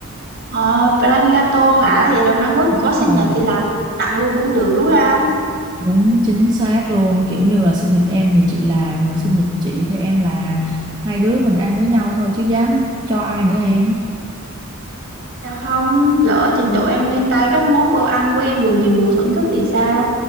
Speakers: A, on the right; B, on the right.
A: ờ plan gato hả vậy là mai mốt có
B: đúng
A: sinh
B: rồi
A: nhật thì làm tặng luôn cũng được đúng không
B: Đúng chính xác luôn kiểu như là sinh nhật em thì chị làm rồi sinh nhật chị thì em làm hai đứa mình ăn với nhau thôi chứ dám cho ai nữa em
A: sao không lỡ trình độ em lên tay các món đồ ăn của em được nhiều người thưởng thức thì sao